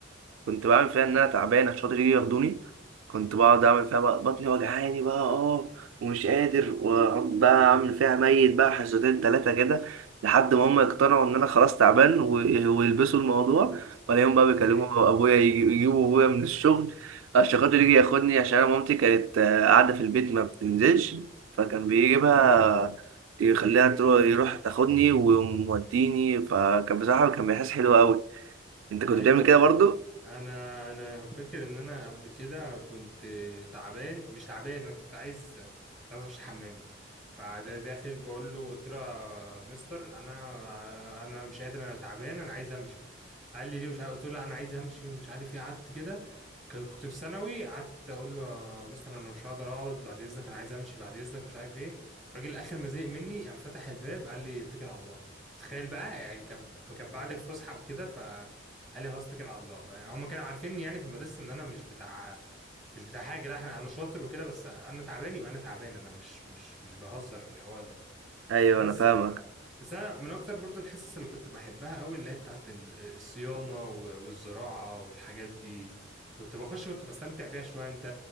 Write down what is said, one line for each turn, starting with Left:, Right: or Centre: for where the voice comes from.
Right: كنت بعمل فيها ان انا تعبان عشان خاطر يجي ياخدوني كنت بقعد اعمل فيها بقى بطني وجعاني بقى اه ومش قادر واقعد بقى اعمل فيها ميت بقى حصتين تلاتة كده لحد ما هم يقتنعوا ان انا خلاص تعبان و... ويلبسوا الموضوع ولا يوم بقى بيكلموا
Centre: امم
Right: ابويا يجي- يجيبوا ابويا من الشغل الشقاق اللي يجي ياخدني عشان أنا مامتي كانت آه، قاعدة في البيت ما بتنزلش فكان بيجيبها يخليها تروح يروح تاخدني وموديني فكان بصراحة كان بيحس حلو أوي أنت كنت
Centre: ايوه
Right: بتعمل كده
Centre: ايوه
Right: برضو؟
Centre: انا انا فاكر ان انا قبل كده كنت تعبان مش تعبان انا كنت عايز كنت عايز اخش الحمام فده داخل بقول له قلت له يا مستر انا انا مش قادر انا تعبان انا عايز امشي قال لي ليه مش عارف قلت له انا عايز امشي ومش عارف ايه قعدت كده كان- كنت في ثانوي قعدت اقول له يا مستر انا مش هقدر اقعد بعد اذنك انا عايز امشي بعد اذنك مش عارف ايه الراجل اخر ما زهق مني قام فتح الباب قال لي اتكل على الله تخيل بقى يعني كان كان بعد الفسحه وكده ف قال لي خلاص اتكل على الله يعني هم كانوا عارفيني يعني في المدرسه ان انا مش بتاع مش بتاع حاجه لا احنا انا شاطر وكده بس انا تعبان يبقى انا تعبان انا مش مش مش بهزر في الحوار ده
Right: <laughs> أيوه
Centre: بس
Right: أنا فاهمك
Centre: ف بس انا من اكتر برضو الحصص اللي كنت بحبها قوي اللي هي بتاعت ال- الصيانه و- والزراعه والحاجات دي كنت بخش كنت بستمتع بيها شويه انت